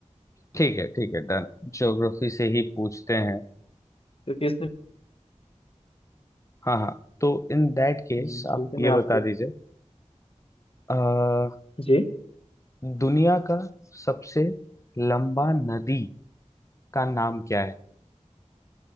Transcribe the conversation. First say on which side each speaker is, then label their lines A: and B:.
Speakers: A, on the left; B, on the left.
A: ठीक है ठीक है डन ज्योग्राफी से ही पूछते हैं
B: क्योंकि इसमें
A: हाँ हाँ तो इन दैट केस
B: हम्म, ठीक
A: आप
B: है
A: ये
B: मैं आपके
A: बता दीजिए अ,
B: जी
A: दुनिया का सबसे लंबा नदी का नाम क्या है